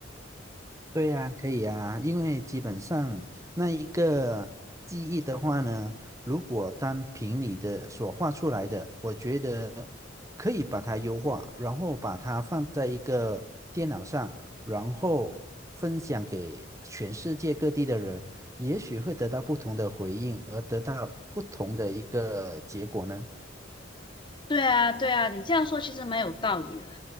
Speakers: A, on the right (about 15°); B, on the left (about 25°).
A: 对呀，可以呀，因为基本上那一个记忆的话呢，如果单凭你的所画出来的，我觉得可以把它优化，然后把它放在一个电脑上，然后分享给全世界各地的人，也许会得到不同的回应，而得到不同的一个结果呢。
B: 对啊，对啊，你这样说其实蛮有道理的嘞。